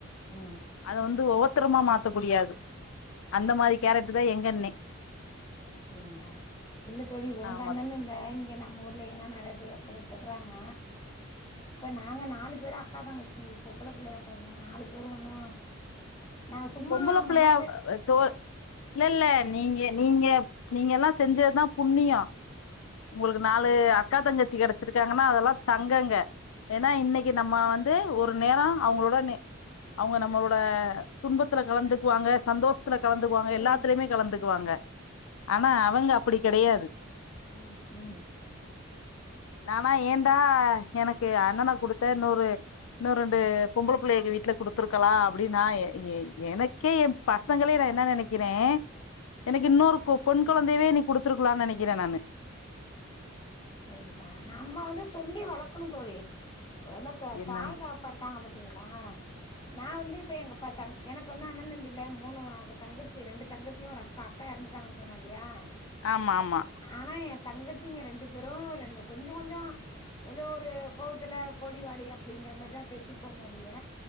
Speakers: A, on the left; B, on the left.
A: ஆ
B: அத வந்து ஒவத்துரமா மாத்த குடியாது அந்த மாரி கேரக்டர்தா எங்க அண்ணே
A: அப்டிங்ளா இல்ல தோழி உங்க
B: ஆமா
A: அண்ணனு இல்ல இங்கே நம்ப ஊர்லையில்லா நறைய பேர் அப்டிதா சொல்றாங்க இப்ப நாங்க நாலு பேரு அக்கா தங்கச்சி பொம்ளப்புள்ளையா பொறந்தோ நாலு பேரோ ஒன்னு நா சும்மா
B: பொம்ளப்புள்ளையா
A: மனது
B: அ தோ இல்லல்ல நீங்க நீங்க நீங்கல்லா செஞ்சதுதா புண்ணியோ உங்ளுக்கு நாலு அக்கா தங்கச்சி கெடச்சிருக்காங்னா அதெல்லா தங்கங்க ஏனா இன்னிக்கு நம்ம வந்து ஒரு நேரோ அவுங்ளோடனை அவுங்க நம்ளோட துன்பத்துல கலந்துக்குவாங்க சந்தோஷ் துல கலந்துக்குவாங்க எல்லாத்துலேமே
A: ம்
B: கலந்துக்குவாங்க ஆனா அவுங்க அப்டி கெடையாது
A: ம் ம்
B: நானா ஏன்டா எனக்கு அண்ணன குடுத்த இன்னொரு இன்னோ ரெண்டு பொம்ள புள்ளைய எங்க வீட்ல குடுத்திருக்லா அப்டினா எ எ எனக்கே எ பசங்ளே நா என்ன நெனைக்கிறே எனுக்கு இன்னொரு பொண் கொழந்தையவே நீ குடுத்துருக்லான் நெனைக்றே நானு
A: அப்டிங்ளா நம்ம வந்து சொல்லி வளக்குணு தோழி அதெல்லா தா
B: என்ன
A: தாய் தகப் பொறப்பாங்க பாத்தீங்ளா நா வந்து இப்ப எங்கப்ப தம் எனக்கு வந்து அண்ணெண் தம்பில்ல மூணு ஆக தங்கச்சி ரெண்டு தங்கச்சியு ஒரு அக்கா க்கா எறந்துட்டாங்கன் சொன்னே இல்லியா
B: ஆமா ஆமா
A: ஆனா எ தங்கச்சிங்க ரெண்டு பேரோ ரெண்டு கொஞ்சோ கொஞ்சோ ஏதோ ஒரு கோவத்துல போடி வாடி அப்டிங்கற மாரிதா பேசிப்போம ஒழிய